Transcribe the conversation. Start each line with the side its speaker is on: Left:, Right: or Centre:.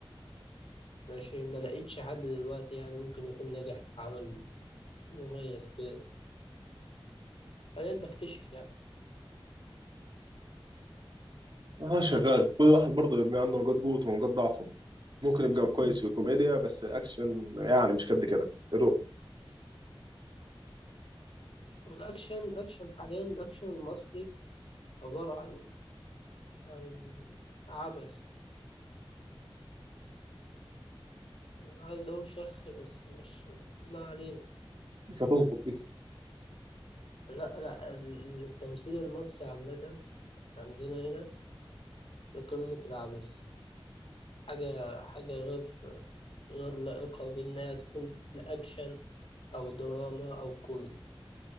Left: ماشي ما لقيتش حد دلوقتي يعني ممكن يكون ناجح في عمل مميز كده حاليا بكتشف يعني
Right: اه شغال كل واحد برضه يبقى عنده نقاط قوته ونقاط ضعفه ممكن يبقى كويس في الكوميديا بس اكشن يعني مش قد كده يا دوب
Left: والاكشن اكشن حاليا الاكشن المصري عبارة عن عن عبث انا عايز اقول شخ بس مش ما علينا
Right: مش هتظبط دي
Left: لا لا ال- التمثيل المصري عامة عندنا هنا في قمة العبث حاجة حاجة غير غير لائقة بأنها تكون لأكشن أو دراما أو كوميدي